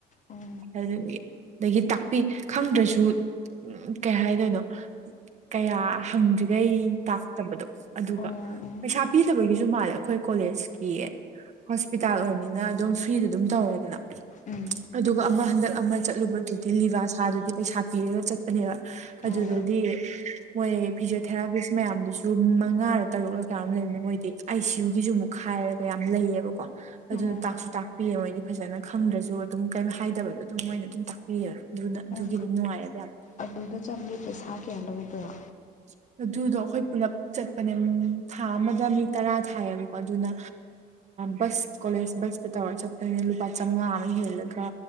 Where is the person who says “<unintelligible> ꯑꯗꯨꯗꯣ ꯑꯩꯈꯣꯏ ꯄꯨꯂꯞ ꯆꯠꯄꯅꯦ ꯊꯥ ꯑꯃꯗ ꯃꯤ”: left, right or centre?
Right